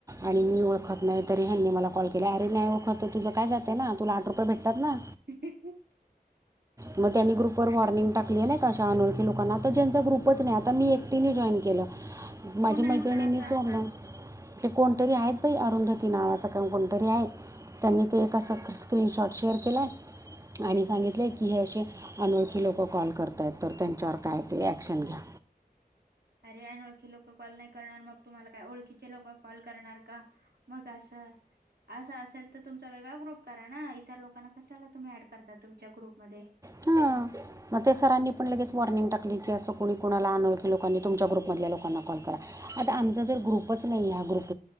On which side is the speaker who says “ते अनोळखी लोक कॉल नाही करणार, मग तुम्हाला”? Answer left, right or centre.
Right